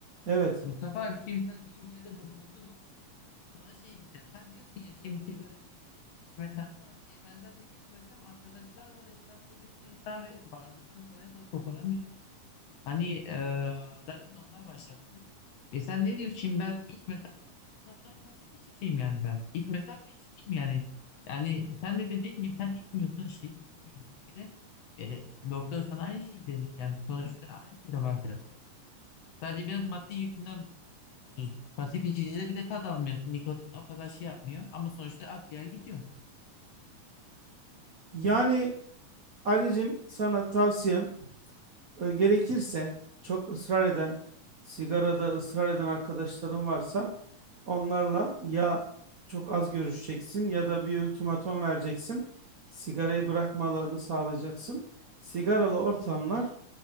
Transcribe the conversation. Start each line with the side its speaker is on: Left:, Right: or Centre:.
Right: Evet.
Left: Mustafa abi şimdi sen iyi bir yere dokundun. Sana şey diyeceğim. Sen diyorsun ya şimdi sigara iç, içmesen falan. E ben zaten içmesem arkadaşlar var etrafta bir sürü insan ve bağımızda kolay kolay koparamıyoruz. Hani e, zaten onlar başlattı. E sen ne diyorsun şimdi ben içmesem adamlar pasif içeceğim yani ben. İçmesem de içeceğim yani. Yani sen de dediğin gibi sen içmiyorsun işte hiç içmemişsin bile. E, doktor sana aynı şeyi demiş yani sonuçta aynı yere varacağız. Sadece biraz maddi yükünden kurtuluyoruz. Pasif içicide bir de tad almıyorsun. Nikotin o kadar şey yapmıyor ama sonuçta akciğer gidiyor.
Right: Yani Ali'cim sana tavsiyem e, gerekirse çok ısrar eden, sigarada ısrar eden arkadaşların varsa onlarla ya çok az görüşeceksin ya da bir ultimatom vereceksin. Sigarayı bırakmalarını sağlayacaksın. Sigaralı ortamlar